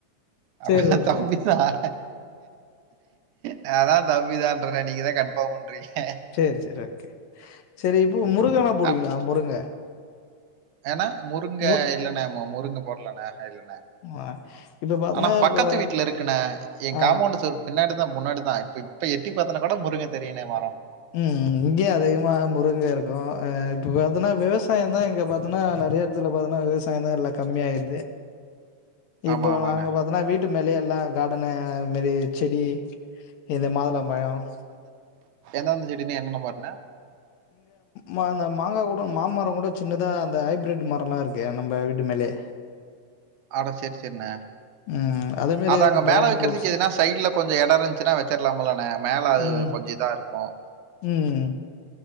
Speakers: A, on the right; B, on the left.
A: அப்புறான்
B: சரி ஓகே
A: தம்பிதான்
B: ஓகே
A: நாதான் தம்பிதன்ற நீங்கதா கண்பாம் பண்றீங்க
B: சரி சரி ஓகே சரி இப்போ முருங்கல்லா போடுவீங்களா
A: அ
B: முருங்க
A: என்னா முருங்க
B: முரு
A: இல்லண்ணா முருங்கை போடலண்ணா இல்லண்ணா
B: ஆ இப்ப பாத்தன்னா
A: ஆனா பக்கத்து
B: இப்ப
A: வீட்டுல இருக்குன என்
B: ஆ
A: காம்பவுண்ட சார் பின்னாடி தான் முன்னாடி தான் இப்ப இப்ப எட்டி பார்த்தா கூட முருங்க தெரியனே மாறோம்
B: உம் இங்கேயே அதிகமா முருங்க இருக்கும்ஹ இப்ப பாத்தீன்னா விவசாயம்தான் இங்க பாத்தோன்னா நிறைய இடத்துல பாத்தீன்னா விவசாயம தான் எல்லாம் கம்மியாயிடுது
A: ஆமா,
B: இப்ப
A: ஆமாண்ணே.
B: நாங்க பாத்தன்னா வீட்டு மேல எல்லாம் கார்டன மாரி செடி இந்த மாதுளம் பயம்
A: ந்தே என்ன ஆஹ
B: மா அந்த மாங்கா கூட மாமரம் கூட சின்னதா அந்த ஹைபிரிட் மரம்ல்லாம் இருக்கே நம்ம வீட்டு மேலயே
A: ஆட செரி செரிண்ண
B: ம் அதே மாரி
A: அத அங்க
B: டிராகன்
A: மேல வைக்கறிறதுக்கு
B: ஃப்ரூட்ஸ்
A: எதுனா சைட்ல கொஞ்சம் இட இருந்துச்சுன்னா வச்சிடலாமலண்ண மேல அது
B: ம்
A: கொஞ்சம் இதான் இருக்கும்
B: ம்